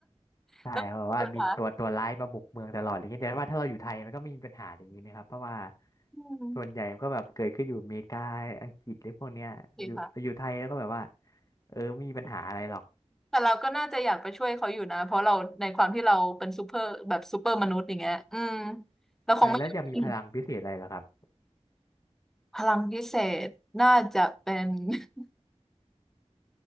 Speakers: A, on the left (about 30°); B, in the centre.
A: ใช่เพราะว่ามีตัวตัวร้ายมาบุกเมืองตลอดอะไรเงี้ยแต่ว่าถ้าเราอยู่ไทยมันก็ไม่มีปัญหาอย่างนี้นะครับเพราะว่า
B: <laughs> แล้วก็ค่ะอืม
A: ส่วนใหญ่มันก็แบบเกิดขึ้นอยู่อเมริกาอังกฤษหรือพวกเนี้ยอยู่อยู่ไทยแล้วก็แบบว่า
B: ดีค่ะ
A: เออไม่มีปัญหาอะไรหรอก
B: แต่เราก็น่าจะอยากไปช่วยเขาอยู่นะเพราะเราในความที่เราเป็นซูเปอร์แบบซูเปอร์มนุษย์อย่างเงี้ยอืมเราคงไม่ยอม
A: ใช่แล้วจะมีพลังพิเศษอะไรเหรอครับ
B: พลังพิเศษน่าจะเป็น <laughs>